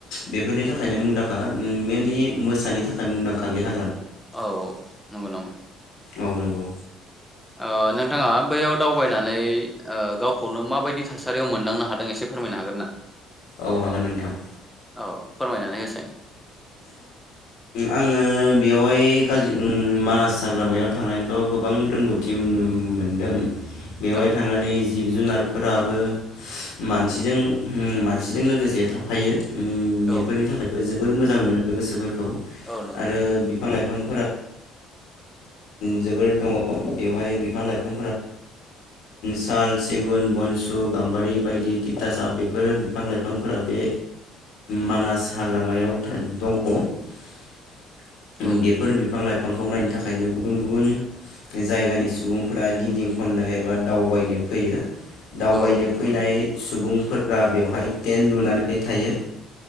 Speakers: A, on the left; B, in the centre.
A: बेफोरनि थाखायनो मुंदांखा मेनलि मोसानि थाखाय मुंदांखा बेहा
B: औ नंगौ नामा?
A: औ नंगौ।
B: ओ नोंथाङा बैयाव दावबायनानै गावखौनो माबायदि थासारियाव मोनदांनो हादों एसे फोरमायनो हागोन ना?
A: औ हागोन नोंथां।
B: औ फोरमायनानै होसाय।
A: आङो बेवहायावहाय मानास हाग्रामायाव थांनानैथ' गोबां रोंगौथि मोनदों। बेवहाय
B: औ
A: थांनानै जिब जुनारफोराबो मानसिजों मानसिजों लोगोसे थाफायो। बेफोरनि
B: औ
A: थाखायबो जोब बोद मोजां मोनो। लोगोसेफोर
B: औ नंगौ
A: आरो बिफां लाइफां उम जोबोर दङा बेयावहाय बिफां लाइफां साल सिगुन बनसु गाम्बारि बायदि थिथासा बेफोर बिफां लाइफांफोरा बे मानास हाग्रा थां दं। <inaudible>
B: औ
A: बेफोर बिफां लाइफां बिफांखौ नायनो थाखायनो गुबुन गुबुन जायगानि सुबुंफोरा गिदिं खननो एबा दावबायनो फैयो। दावबायनो
B: औ नंगौ
A: फैनाय
B: नामा
A: सुबुंफोर फोरा बेवहाय टेन्ट लुनानै थायो।